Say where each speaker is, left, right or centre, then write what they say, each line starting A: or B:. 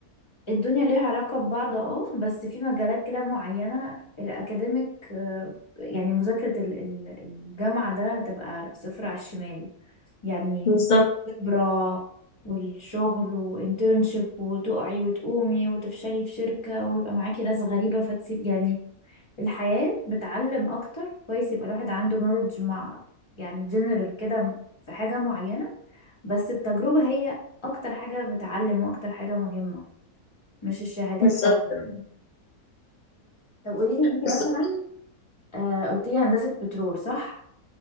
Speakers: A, on the left; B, on the left.
A: الدنيا ليها علاقه ببعض اه بس في مجالات كده معينه الاكاديميك آه، يعني مذاكره ال- ال- الجامعه ده هتبقى صفر على الشمال يعني
B: بالظبط
A: خبرة والشغل وانترنشيب وتقعي وتقومي وتفشلي في شركة ويبقى معاكي ناس غريبة فتسيب يعني الحياة بتعلم أكتر كويس يبقى الواحد عنده نولج مع يعني جنرال كده في حاجة معينة بس التجربة هي أكتر حاجة بتعلم وأكتر حاجة مهمة مش الشهادات
B: بالظبط
A: أوي يعني طب قوليلي انتي
B: بالظبط
A: مثلا آه قلتيلي هندسة بترول صح؟